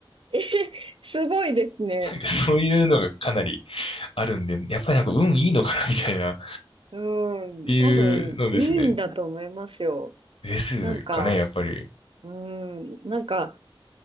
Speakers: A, on the right (about 70°); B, on the left (about 80°).
A: えへすごいですね。
B: なんかそういうのがかなり <laughs> あるんで、やっぱりなんか運いいのかなみたいな、っ
A: うん。
B: ていうのですね。
A: 多分、いいんだと思いますよ。
B: ですかね、
A: なんか、
B: やっぱり。
A: うん。なんか、